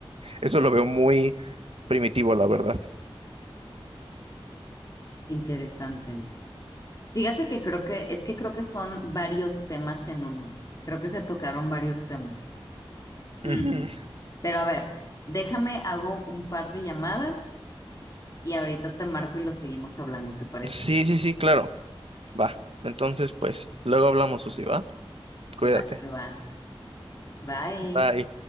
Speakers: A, on the right; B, on the left.
A: Eso lo veo muy primitivo, la verdad.
B: Interesante. Fíjate que creo que, es que creo que son varios temas en uno. Creo que se tocaron varios temas. Mm.
A: Ujú.
B: Pero a ver, déjame, hago un par de llamadas y ahorita te marco y lo seguimos hablando, ¿te parece?
A: Sí, sí, sí, claro. Va. Entonces, pues, luego hablamos, Susi, ¿va? Cuídate.
B: Va, que va. Bye.
A: Bye.